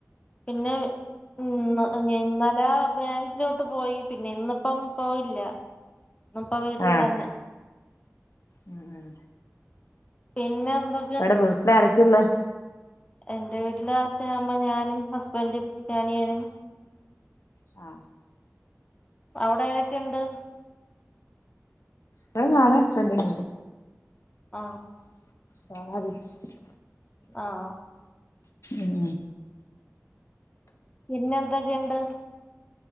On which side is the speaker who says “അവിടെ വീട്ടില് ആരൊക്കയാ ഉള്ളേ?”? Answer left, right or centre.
Left